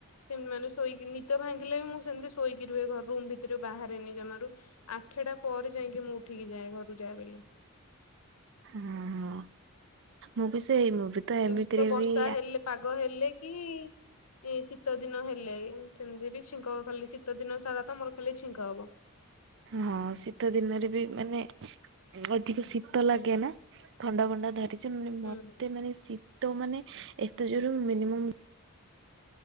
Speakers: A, on the left; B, on the right.
A: ସେମିତି ମାନେ ଶୋଇକି ନିଦ ଭାଙ୍ଗିଲେ ବି ମୁଁ ସେମିତି ଶୋଇକି ରୁହେ ରୁମ ଭିତରେ ବାହାରେନି ଜମାରୁ। ଆଠଟା ପରେ ଯାଇକି ମୁଁ ଠିକି ଯାଏ ଘରୁକୁ ଯାଏ ବୋଲି।
B: ଓ ହୋ ମୁଁ ବି ସେଇ ମୁଁ ବି ତ ଏମିତିରେ
A: ଏମିତି ବର୍ଷା
B: ବି
A: ପାଗ ହେଲେ କି ଏଇ ଶୀତ ଦିନ ହେଲେ ସେମିତି ବି ଛିଙ୍କ ହବ ଖାଲି ଶୀତ ଦିନ ସାରା ତ ମୋର ଖାଲି ଛିଙ୍କ ହବ।
B: ହଁ ଶୀତ ଦିନରେ ବି ମାନେ ଅଧିକ ଶୀତ ଲାଗେ ନା ଥଣ୍ଡା ଭଣ୍ଡା ଧରିଛ ମାନେ ମତେ
A: ହୁଁ
B: ମାନେ ଶୀ ତ ମାନେ ଏତେ ଜୋର ହୁଏନି।